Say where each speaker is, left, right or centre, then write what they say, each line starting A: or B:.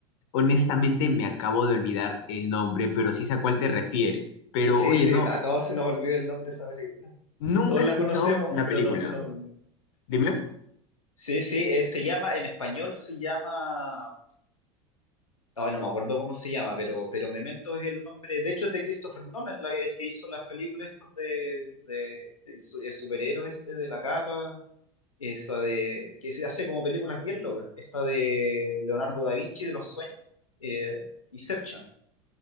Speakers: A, on the left (about 60°); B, on the left (about 90°).
A: honestamente me acabo de olvidar el nombre, pero sí sé a cuál te refieres. Pero
B: Sí,
A: oye,
B: sí,
A: no,
B: a todos se nos olvida el nombre de esa película.
A: nunca
B: Todos
A: he
B: la
A: escuchado
B: conocemos,
A: la
B: pero
A: película.
B: a todos se nos olvida.
A: Dime,
B: Sí, sí, eh, se llama, en español se llama Ay, no me acuerdo cómo se llama, pero, pero Memento es el nombre. De hecho, es de Christopher Nolan, la- el que hizo las películas estas de, de- del su- el superhéroe este de la capa. Esa de. que se hace como películas bien locas. Esta de Leonardo da Vinci de los sueños. eh, Inception.